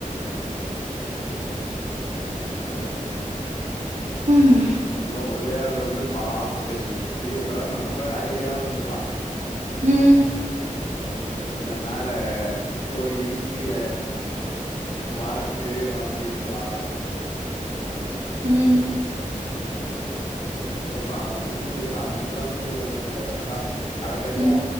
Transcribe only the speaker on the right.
ம்
ம்
ம்
ம்